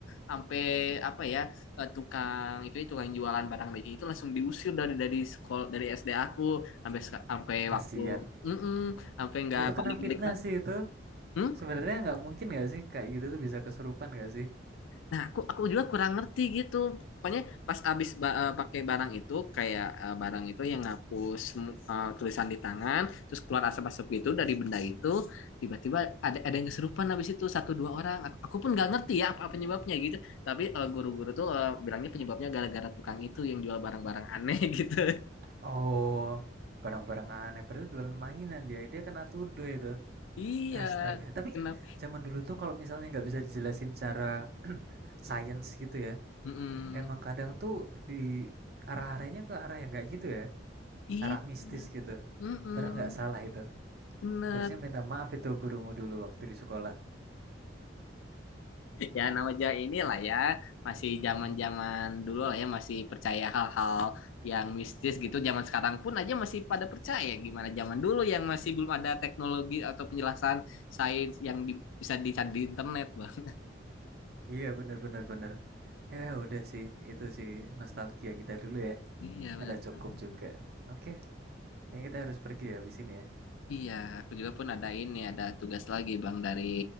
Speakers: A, on the left; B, on the right.
A: sampai apa ya eh, tukang itu tukang jualan barang magic itu langsung diusir dari dari sekolah dari SD aku sampai seka- sampai
B: Kasian.
A: waktu mm sampai nggak
B: Itu kena
A: balik-balik
B: fitnah
A: lagi
B: sih itu.
A: Hmm?
B: Sebenarnya nggak mungkin nggak sih kayak gitu tuh bisa kesurupan nggak sih?
A: Nah, aku aku juga kurang ngerti gitu. Pokoknya pas abis ba- eh, pakai barang itu kayak eh, barang itu yang ngapus semu- eh, tulisan di tangan, terus keluar asap-asap gitu dari benda itu, tiba-tiba ada ada yang kesurupan abis itu satu dua orang. Aku, aku pun nggak ngerti ya apa penyebabnya gitu. Tapi eh, guru-guru tuh eh, bilangnya penyebabnya gara-gara tukang itu yang jual barang-barang aneh <laughs> gitu.
B: Oh, barang-barang aneh. Padahal jualan mainan dia. Dia kena tuduh itu.
A: Iya,
B: Astaga. Tapi
A: kenapa?
B: zaman dulu tuh kalau misalnya nggak bisa dijelasin cara <clears throat> science gitu ya,
A: Mm-mm.
B: emang kadang tuh di arah-arahnya ke arah yang nggak gitu ya,
A: I,
B: arah mistis gitu.
A: mm-mm.
B: Padahal nggak salah itu.
A: Bener.
B: Harusnya minta maaf itu gurumu dulu waktu di sekolah.
A: ya namanya inilah ya masih zaman-zaman dulu lah ya masih percaya hal-hal yang mistis gitu zaman sekarang pun aja masih pada percaya gimana zaman dulu yang masih belum ada teknologi atau penjelasan sains yang di- bisa dicari di internet bang
B: Iya, bener-bener bener. bener, bener. Ya udah sih, itu sih nostalgia kita dulu ya.
A: iya
B: Ya
A: benar
B: udah cukup
A: Bang.
B: juga. Oke, ya kita harus pergi ya habis ini ya.
A: iya aku juga pun ada ini ada tugas lagi bang dari